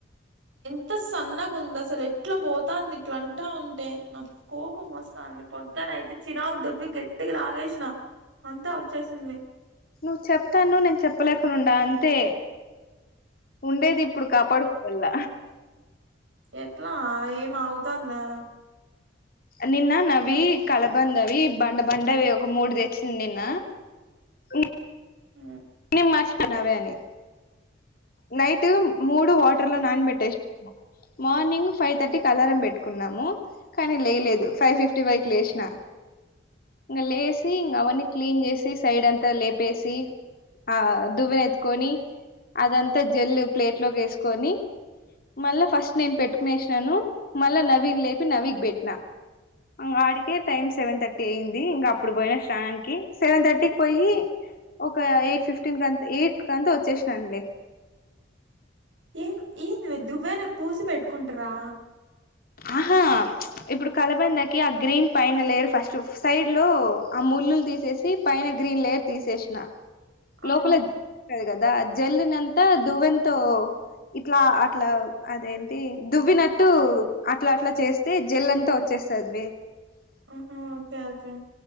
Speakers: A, on the right; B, on the left.
A: అంత సన్నగా ఉంది అసలు ఎట్లా పోతంది ఇట్ల అంటా ఉంటే నా కోపం వస్తుంది పొద్ద అయితే చిరాకు దబ్బి గట్టికి లాగేసిన అంతా వచ్చేసింది
B: నువ్వు చెప్తానవ్ నేను చెప్పలేకనుండా అంతే ఉండేది ఇప్పుడు కాపాడుకోవల
A: ఎట్లా ఏం ఆగుతందా
B: నిన్న నవి కలబంద వి బండ బండవి ఒక మూడు తెచ్చింది నిన్న ఇ
A: ఊ
B: నేన్ మార్చిపోన అవే అని నైట్ మూడు టు వాటర్ లో నాన్ పెట్టేష్నా మార్నింగ్ ఫైవ్ థర్టీకి అలారం పెట్టుకున్నాము కానీ లేలేదు ఫైవ్ ఫిఫ్టీ వరకు లేసిన ఇంగ లేసి ఇంగ అవన్ని క్లీీన్ చేసి సైడ్ అంతా లేపేసి ఆ దువెని ఎత్తుకొని అదంతా జల్లు ప్లేట్ లో వేసుకొని మళ్ళా ఫస్ట్ నేను పెట్టుకునేసినాను మళ్ళా నవీన్ లేపి నవీకి పెట్టినా ఇంగ అడికే టైం సెవెన్ థర్టీ అయింది ఇంకా అప్పుడు పోయిన స్నానానికి సెవెన్ థర్టీకి పోయి ఒక ఎయిట్ ఫిఫ్టీన్ కంత ఎయిట్ కాంత వచ్చేసినను లే
A: ఏం ఏది దువ్వెకు పూసి పెట్టుకుంటారా
B: ఆహా ప్చ్ ఇప్పుడు కలబందకి ఆ గ్రీన్ పైన లేరు ఫస్ట్ సైడ్ లో ఆ ముళ్ళులు తీసి చేసి పైన గ్రీన్ లేయర్ తీసేసిన
A: ఆ
B: లోపల <inaudible> కదా జెల్నంతా దువ్వెనతో ఇట్లా అట్లా అదేంటి దువ్వినట్టు అట్లా అట్లా చేస్తే జల్ అంతా వచ్చేస్తుందివే
A: ఆహ ఓకే ఓకే